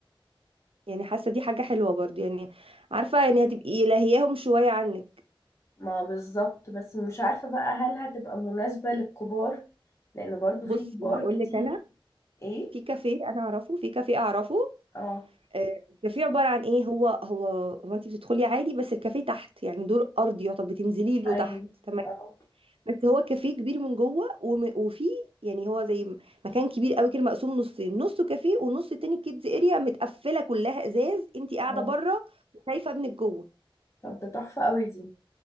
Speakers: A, on the right; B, on the left.
A: يعني حاسه دي حاجه حلوه برضو يعني عارفه يعني هتبقي لاهياهم شويه عنك
B: ما بالظبط بس مش عارفة بقى هل هتبقى مناسبة للكبار لأن برضو
A: بصي
B: في كبار
A: هقول
B: كتير
A: لك انا
B: ايه
A: في كافيه انا اعرفه في كافيه اعرفه
B: اه
A: آه، الكافيه عباره عن ايه هو هو هو انت بتدخلي عادي بس الكافيه تحت يعني دور ارضي يعتبر بتنزلي له
B: ايوه
A: تحت تمام
B: اه
A: بس هو كافيه كبير من جوه وم- وفي يعني هو زي م- مكان كبير قوي كده مقسوم نصين نصه كافيه والنص التاني كيدز اريا متقفله كلها ازاز انت قاعده
B: اه
A: بره وشايفه ابنك جوه
B: طب ده تحفة قوي دي